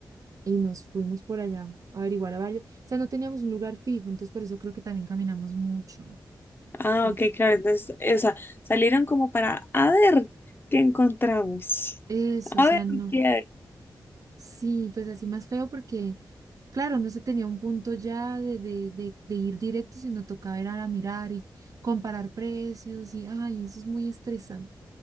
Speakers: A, on the right; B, on the left.
A: y nos fuimos por allá a averiguar a varios, o sea, no teníamos un lugar fijo, entonces por eso creo que también caminamos mucho.
B: ah,
A: Por-
B: ok, claro. Entonces, eh, o sea, salieron como para, a ver, ¿qué encontramos?
A: Eso,
B: A
A: o sea,
B: ver,
A: no.
B: ¿qué hay?
A: Sí, pues así más feo porque, claro, no se tenía un punto ya de, de, de, de ir directo, sino tocaba ir a mirar y comparar precios y, ay, eso es muy estresante.